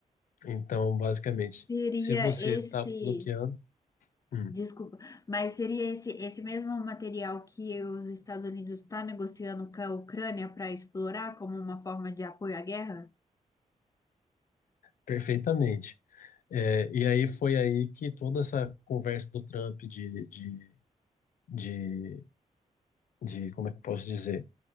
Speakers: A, on the left; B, on the left.
A: Então, basicamente,
B: Seria
A: se você
B: esse,
A: está bloqueando, hum,
B: desculpa, mas seria esse, esse mesmo material que os Estados Unidos estão negociando com a Ucrânia para explorar como uma forma de apoio à guerra?
A: perfeitamente. É, e aí foi aí que toda essa conversa do Trump de, de, de, de como é que eu posso dizer,